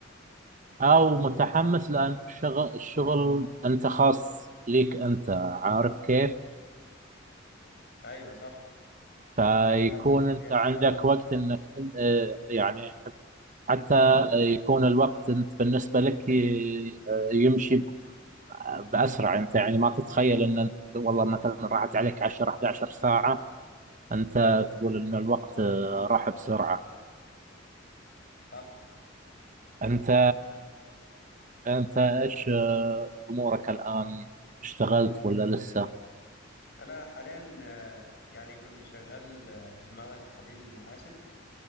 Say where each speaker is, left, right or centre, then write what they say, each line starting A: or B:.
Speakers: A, on the right (about 40°); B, on the left (about 60°).
A: أو متحمس لأن الشغل الشغل أنت خاص ليك أنت عارف كيف
B: ايوه صح
A: فيكون
B: ده المفروض
A: انت
B: يعني
A: عندك
B: اه
A: وقت انك آه، يعني حتى يكون الوقت انت بالنسبه لك ي- آه، يمشي ب- باسرع انت يعني ما تتخيل ان انت والله مثلا راحت عليك 10 11 ساعه انت تقول ان الوقت آه، راح بسرعه
B: صح
A: انت انت ايش آه، امورك الان اشتغلت ولا لسه
B: انا حاليا آه، يعني كنت شغال آه، في معمل تحاليل محاسب